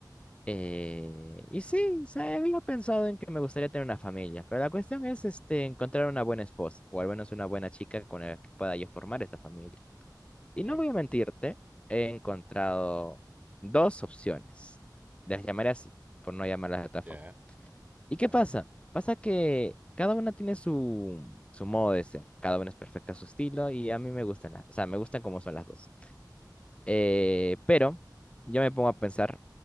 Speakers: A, on the left; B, on the right.
A: Eh, y sí, o sea, había pensado en que me gustaría tener una familia, pero la cuestión es este, encontrar una buena esposa o al menos una buena chica con la que pueda yo formar esta familia. Y
B: claro,
A: no voy a mentirte, he encontrado dos opciones. Las llamaré así, por no llamarlas de otra
B: ya.
A: forma. ¿Y qué
B: a
A: pasa?
B: ver.
A: Pasa que cada una tiene su, su modo de ser. Cada una es perfecta a su estilo y a mí me gustan las, o sea, me gustan como son las dos. Eh, pero yo me pongo a pensar